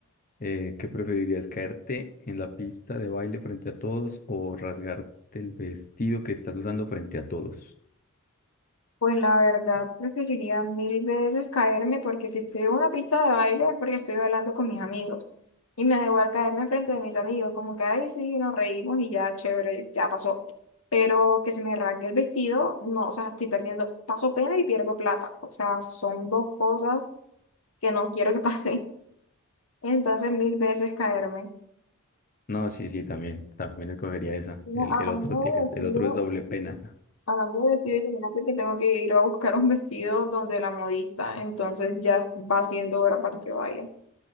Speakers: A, on the left; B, on the left.
A: Eh, ¿qué preferirías, caerte en la pista de baile frente a todos o rasgarte el vestido que estás usando frente a todos?
B: Pues la verdad, preferiría mil veces caerme porque si estoy en una pista de baile es porque estoy bailando con mis amigos. Y me da igual caerme enfrente de mis amigos, como que, ay, sí, nos reímos y ya, chévere, ya pasó. Pero que se me rasgue el vestido, no, o sea, estoy perdiendo, paso pena y pierdo plata. O sea, son dos cosas que no quiero que pase. <laughs> Entonces, mil veces caerme.
A: No, sí, sí, también, también escogería esa.
B: No,
A: El,
B: hablando
A: el otro, ti-
B: de
A: el
B: vestido,
A: el otro es doble pena.
B: Hablando de vestido, imagínate que tengo que ir a buscar un vestido donde la modista, entonces ya va siendo hora para que vaya.